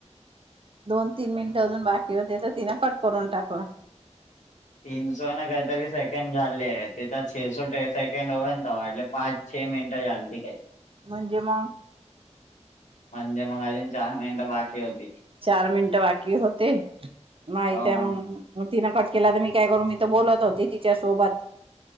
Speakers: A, on the right (about 50°); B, on the left (about 85°).
A: दोन तीन मिनिटं अजून बाकी होते त तिनं कट करून टाकला.
B: तीन सो ना कायतरी सेकंड झालेत ते त्यात छे सो सेकंड होईन तवा ह्यातले पाच छे मिनिटं झालती काय
A: म्हणजे म
B: <unintelligible> चार मिनिटं बाकी होती.
A: चार मिनिट बाकी होते. माहित
B: तवा
A: हाय
B: मग
A: मंग म तिनं कट केला तर मी काय करू मी तर बोलत होते तिच्या सोबत